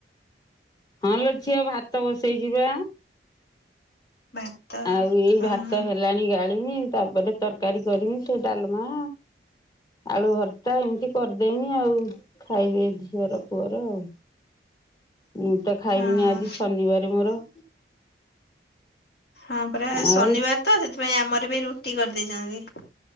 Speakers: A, on the left; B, on the left.
A: ହଁ ଲୋ ଝିଅ ଭାତ ବସେଇଚି ବା।
B: <inaudible>
A: ଆଉ ଏଇ
B: ହଁ
A: ଭାତ
B: ହଁ
A: ହେଲାଣି ଗାଳିମି। ତା ପରେ ତରକାରୀ କରିମି ସେ ଡାଲମା ଆଳୁ ଭର୍ତ୍ତା ଏମିତି କରିଦେମି ଆଉ ଖାଇବେ ଝିଅର ପୁଅର ଆଉ। ମୁଁ ତ ଖାଇବିନି
B: ହଁ
A: ଆଜି ଶନିବାର ମୋର।
B: ହଁ ପରା ଆଜି ଶନିବାର
A: ଆଉ
B: ତ ସେଥିପାଇଁ ଆମର ବି ରୁଟି କରିଦେଇଚନ୍ତି।